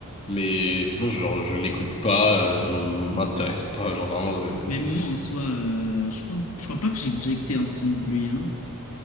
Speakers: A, on the left; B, on the left.
A: Mais sinon, genre, je n'écoute pas, euh, ça m'intéresse pas, genre, vraiment, c'est-
B: C'est
A: euh,
B: que même moi, en soi, euh, je crois, je crois pas que j'ai déjà écouté un son de lui, hein.